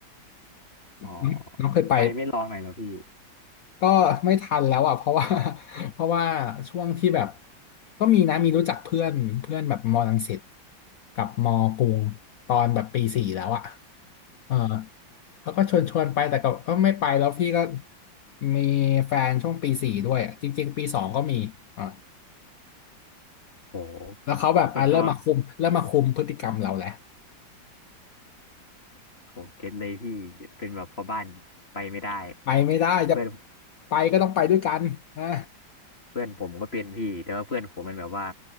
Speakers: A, on the left; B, on the left.
A: อ๋อ
B: น้องน้องเคยไป
A: ทำไมไม่ลองหน่อยเหรอพี่
B: ก็ไม่ทันแล้วอ่ะเพราะว่า <laughs> เพราะว่าช่วงที่แบบก็มีนะมีรู้จักเพื่อนเพื่อนแบบมอรังสิตกับมอกรุงตอนแบบปีสี่แล้วอ่ะเออเขาก็ชวนชวนไปแต่ก็ก็ไม่ไปแล้วพี่ก็มีแฟนช่วงปีสี่ด้วยอะจริงๆปีสองก็มีอ่า
A: โห
B: แล้วเขาแบบอ่ะเริ่มมาคุมเริ่มมาคุมพฤติกรรมเราแหละ
A: ส่วนตัวโหเก็ตเลยพี่เป็นแบบพ่อบ้านไปไม่ได้
B: ไปไม่ได้จะ
A: เพื่อน
B: ไปก็ต้องไปด้วยกันนะ
A: เพื่อนผมก็เป็นพี่แต่ว่าเพื่อนผมมันแบบว่า